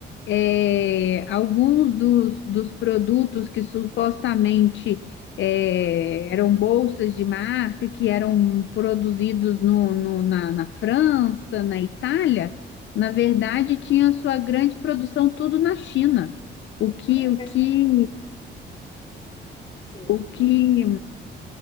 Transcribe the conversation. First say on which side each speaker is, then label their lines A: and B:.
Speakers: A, on the left; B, on the left.
A: é, alguns dos, dos produtos que supostamente é, eram bolsas de marca, que eram produzidos no, no- na, na França, na Itália, na verdade tinha sua grande produção tudo na China. O que,
B: Ah,
A: o
B: mas...
A: que,
B: Sim,
A: o que